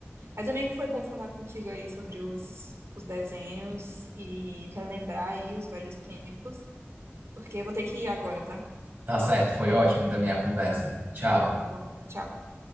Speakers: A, on the right (about 70°); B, on the right (about 50°).
A: Mas, amigo, foi bom falar contigo aí sobre os, os desenhos e relembrar aí os velhos tempos, porque eu vou ter que ir agora, tá?
B: Tá certo, foi ótimo também a conversa. Tchau.
A: Tá bom, tchau.